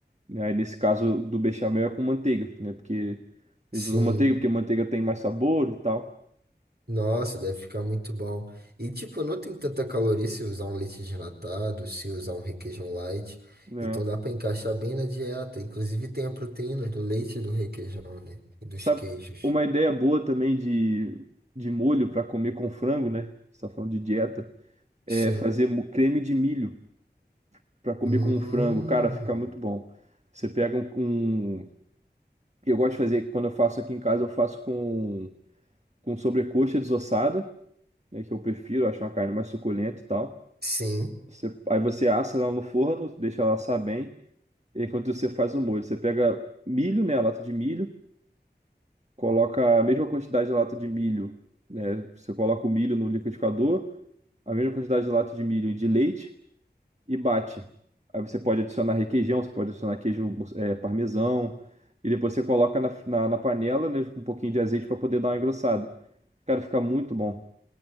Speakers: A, on the right (about 40°); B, on the right (about 65°).
A: né? Aí nesse caso do bechamel é com manteiga, né? Porque
B: Sim.
A: eles usam manteiga porque manteiga tem mais sabor e tal,
B: Nossa, deve ficar muito bom. E tipo, não tem tanta caloria se usar um leite desnatado, se usar um requeijão light.
A: né?
B: Então dá pra encaixar bem na dieta. Inclusive tem a proteína do leite e do requeijão, né? E dos
A: Sabe,
B: queijos.
A: uma ideia boa também de, de molho para comer com frango, né? Você tá falando de dieta, é
B: Sim.
A: fazer mo- creme de milho para comer
B: Hum.
A: com frango. Cara, fica muito bom. Você pega um, um Eu gosto de fazer, quando eu faço aqui em casa, eu faço com, com sobrecoxa desossada, né, que eu prefiro, acho uma carne mais suculenta e tal.
B: Sim.
A: Você- aí você assa ela no forno, deixa ela assar bem, e enquanto você faz o molho, você pega milho, né, a lata de milho, coloca a mesma quantidade de lata de milho, né, você coloca o milho no liquidificador, a mesma quantidade de lata de milho e de leite e bate. Aí você pode adicionar requeijão, você pode adicionar queijo, eh, parmesão, e depois você coloca na, na, na panela, né, com um pouquinho de azeite para poder dar uma engrossada. Cara, fica muito bom.